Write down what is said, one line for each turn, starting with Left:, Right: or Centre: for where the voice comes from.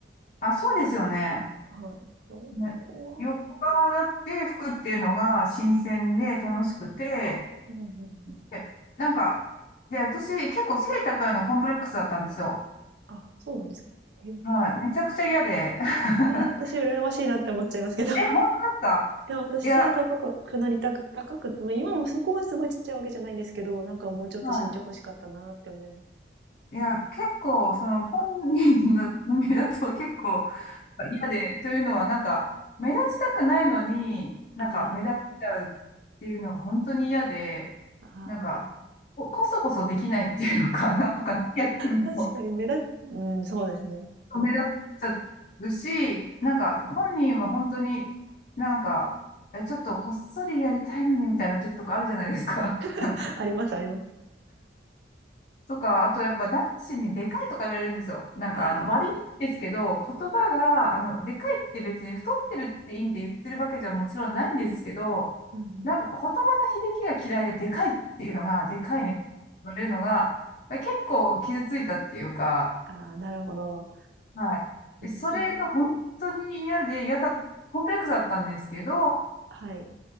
Left: あ、そうですよね。
Right: はい。四個は
Left: まあ横側だって服っていうのが新鮮で楽しくて、
Right: うんうんうん。
Left: でなんか、で、私結構背高いのコンプレックスだったんですよ。
Right: あ、そうなんですか。へえ、
Left: はい。めちゃくちゃ嫌で。<laughs>
Right: ええ、私羨ましいなって思っちゃいますけど。<laughs> い
Left: え、本当ですか
Right: や、私背高くなりたく高くまあ、
Left: いや、
Right: 今もそこまですごいちっちゃいわけじゃないんですけど、なんかもうちょっと身長欲しかったなって思います。
Left: はい。いや、結構、その本人の目だと結構嫌で、というのはなんか、目立ちたくないのに、なんか目立っちゃうっていうのが本当に嫌で、
Right: ああ、ああ、
Left: なんか、こ、こそこそできないっていうか、<laughs> なんか何やってるのか
Right: 確かに目立っうん、そうですね。
Left: 目立っちゃうし、なんか本人は本当になんか、え、ちょっとこっそりやりたいのにみたいな時とかあるじゃないですか。<laughs>
Right: <laughs> ありますあります。
Left: とか、あとやっぱ男子にでかいとか言われるんですよ。なんかあの悪いんですけど、
Right: ああ、
Left: 言葉が、あの、でかいって別に太ってるって意味で言ってるわけじゃもちろんないんですけど、
Right: うんうん。
Left: なんか言葉の響きが嫌いででかいっていうのが、でかいねって言われるのが、結構傷ついたっていうか、
Right: ああ、なるほど。
Left: はい。でそれが本当に嫌で、
Right: そう。
Left: 嫌だ、コンプレックスだったんですけど、
Right: はい。